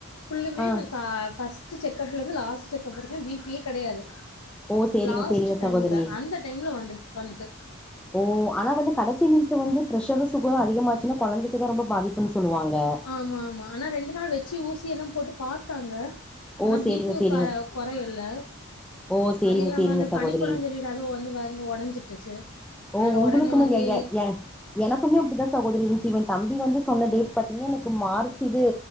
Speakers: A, on the left; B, in the centre.
A: ஃபுல்லுமே
B: ஆ
A: கா ஃபஸ் ட்டு செக்கப்லந்து லாஸ்ட்டு செக்கப் வரைக்கு பி பி யே கெடயாது
B: ஓ சேரிங்க
A: லாஸ்ட்டு
B: சேரிங்க
A: டைம்ல
B: சகோதரி
A: அந்த டைம்ல வந்துரு வந்துட்டு
B: ஓ ஆனா வந்து கடசி நிம்ஷோ வந்து ப்ரெஷரு சுகரு அதிகமாச்சுனா கொழந்தைக்குதா ரொம்ப பாதிப்புன் சொல்வாங்க
A: ஆமாமா ஆனா ரெண்டு நாள் வச்சி ஊசி எல்லா போட்டு பாத்தாங்க ஆனா
B: ஓ சேரிங்க
A: பி பி
B: சேரிங்க
A: க கொறையல
B: ஓ சேரிங்க
A: அது இல்லாம
B: சேரிங்க
A: அந்த
B: சகோதரி
A: பனிக்கொடோ சொல்லிட்டு அது வந்து வந்து ஒடஞ்சிட்டுச்சு அதனால
B: ஓ உங்ளுக்குமே
A: ஒடனே வந்து
B: எ எ எ எனக்குமே அப்டிதா சகோதரி இருன்ச்சு இவெ தம்பி வந்து சொன்ன டேட் பாத்தீங்னா எனக்கு மார்ச் இது